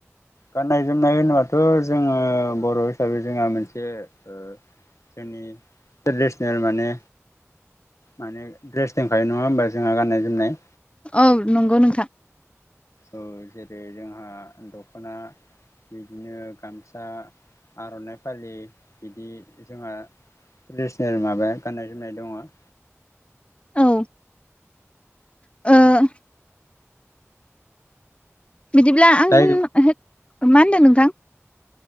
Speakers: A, on the left; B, on the left.
A: गाननाय जोमनाय होनोबाथ' जोङो बर' हिसाबै जोंहा मोनसे ओ जोंनि ट्रेडिसनेल माने माने दड्रेस दंखायो नङा होमबा जोंहा गाननाय जोमनाय
B: औ नंगौ नोंथां
A: औ जेरै जोंहा दख'ना बिदिनो गामसा आर'नाइ फालि बिदि जोंहा ट्रेदिसनेल माबाया गाननाय जोमनाय दङ।
B: औ ओ बिदिब्ला <unintelligible>
A: जाय
B: मा होनदों नोंथां